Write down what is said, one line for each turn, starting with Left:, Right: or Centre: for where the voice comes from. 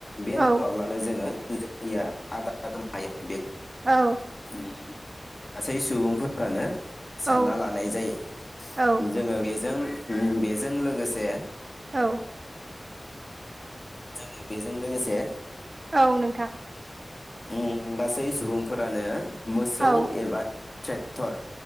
Left: बे
Right: औ
Left: नङाब्लानो जोङो जोंनिया आदार <unintelligible>
Right: औ
Left: जोङो गासै सुबुंफोरानो सानना
Right: औ
Left: लानाय जायो
Right: औ
Left: जोङो बेजों ओम बेजों लोगोसे
Right: औ
Left: जोङो बेजों लोगोसे
Right: औ नोंथां
Left: ओम गासै सुबुंफोरानो मोसौ
Right: औ
Left: एबा ट्रेक्टर